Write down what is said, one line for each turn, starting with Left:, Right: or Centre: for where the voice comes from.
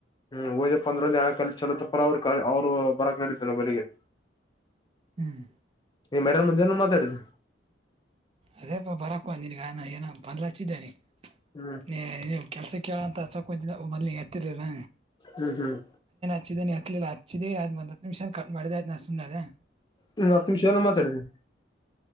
Left: ಹ್ಮ್ ಹೋದೆಪದ್ರೆ ಆ ಕಾಲ ಚಲೋದ ಪರ ಅವ್ರ ಅವ್ರು ಬರಕ್ ನಡಿದ್ದನ ಮನಿಗೆ.
Right: ಹ್ಮ್
Left: ಎ ಮೇರ ಮಂಜನ ಮಾತಾಡಿದು.
Right: ಅದೇ ಪ ಬರಕ ನಿನಗಾನ ಏ ಬಂದ್ಲ ಹಚ್ಚಿದ್ದನಿ.
Left: ಹ್ಮ್
Right: ನೀ ನೀ ಕೆಲ್ಸ ಕೇಳ ಅಂತ ಅಚ್ಛಕುಂತಿದಿ ಮೊದ್ಲಿಗೆ ಎತ್ತಿರ್ಲಿಲ್ಲ.
Left: ಹ್ಮ್ ಹ್ಮ್.
Right: ಹಚ್ಚಿದಾನೆ ಎತ್ಲಿಲ್ಲ ಹಚ್ಚಿದೆ ಅ ಒಂದು ಹತ್ತು ನಿಮಿಷ ಕಟ್ ಮಾಡಿದೆಯ್ತ ನಾ ಸುಮ್ಮನೆ ಅದೇ.
Left: ಹ್ಮ ಹತ್ತು ನಿಮಿಷ ಏನ ಮಾತಾಡಿದಿ